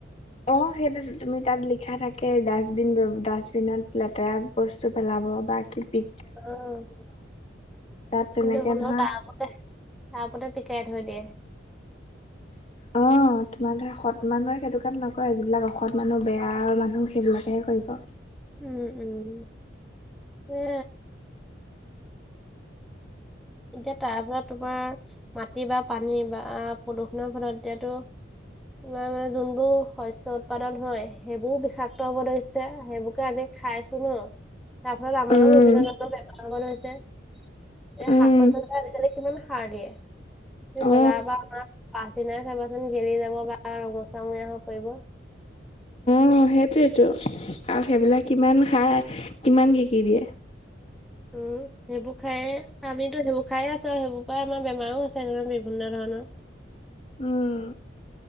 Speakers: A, on the left (about 35°); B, in the centre.
A: অ', সেইটো তুমি তাত লিখা থাকে ডাষ্টবিন ডাষ্টবিনত লেতেৰা বস্তু পেলাব বা কে পি
B: অ',
A: তাত তেনেকে
B: কিন্তু হ'লেও
A: ধৰা
B: <unintelligible> তাৰ ওপৰতে পিকাই থৈ দিয়ে।
A: অ'। তোমাৰ ধৰা সৎ মানুহে সেইটো কাম নকৰে যিবিলাক অসৎ মানুহ বেয়া মানুহ সেইবিলাকেহে কৰিব।
B: উম, উম হে। এতিয়া তাৰ পৰা তোমাৰ মাটি বা পানী বা প্ৰদূষণৰ ফলত দিয়াতো তোমাৰ মানে যোনবোৰ শস্য উৎপাদন হয় সেইবোৰ বিষাক্ত হ'ব ধৰিছে। সেইবোৰকে আমি খাইছোঁ ন তাৰ ফলত আমাৰো
A: উম
B: বিভিন্ন ধৰণৰ বেমাৰ হবলৈ হৈছে। এই শাক
A: উম
B: পাচলিত আজিকালি কিমান সাৰ দিয়ে। বজাৰৰ
A: অ
B: পৰা অনা পাছদিনাই চাবাচোন গেলি যাব বা ৰঙচা মুৰীয়া হৈ পৰিব।
A: অঁ সেইটোৱেটো আৰু সেইবিলাক কিমান সাৰ কিমান কি কি দিয়ে।
B: উম। সেইবোৰ খায় আমিতো সেইবোৰ খায় আছো আও সেইবোৰ পৰা আমাৰ বেমাৰো হৈছে বিভিন্ন ধৰণৰ।
A: উম।